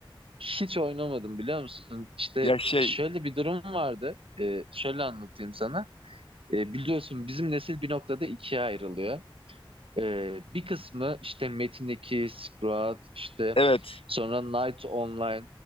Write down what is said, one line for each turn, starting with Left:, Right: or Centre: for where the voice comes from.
Right: hiç oynamadım biliyor musun? İşte
Left: Ya şey
Right: şöyle bir durum vardı. E, şöyle anlatayım sana. E, biliyorsun bizim nesil bir noktada ikiye ayrılıyor. E, bir kısmı işte Metin 2, Sprat, işte
Left: evet.
Right: sonra Night Online.